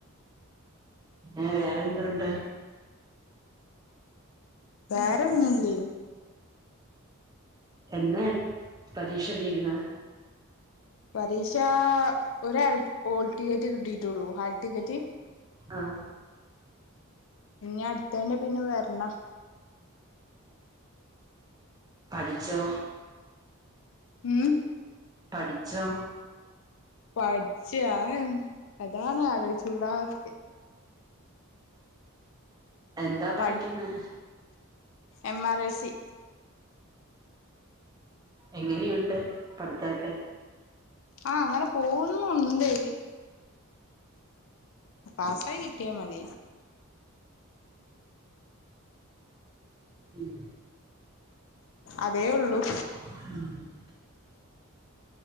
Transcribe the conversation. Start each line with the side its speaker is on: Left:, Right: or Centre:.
Right: എ വേറെന്തുണ്ട്‌?
Left: വേറെന്നൂല്യയ്ന്.
Right: എന്നെ പരീക്ഷ തീരുന്ന്?
Left: പരീക്ഷാ ഒര് ആൾ ഓൾ ടിക്കറ്റ് കിട്ടിയിട്ടുള്ളൂ ഹാൾ് ടിക്കറ്റ്.
Right: ആഹ്
Left: ഇനി അടുത്തതിന് പിന്നെ വരണം.
Right: പഠിച്ചോ?
Left: ഉം.
Right: പഠിച്ചോ?
Left: പഠിച്ചാ! അതാണ് ആലോചിച്ചൂടാത്ത്.
Right: എന്താ പഠിക്ക്ന്ന്?
Left: പഠി M R I C.
Right: എങ്ങനെയുണ്ട് പഠിത്തൊക്കെ?
Left: ആ അങ്ങനെ പോവുന്നുണ്ട്. പാസായി കിട്ട്യാ മതി.
Right: ഉം.
Left: അതേ ഒള്ളൂ.
Right: ഉം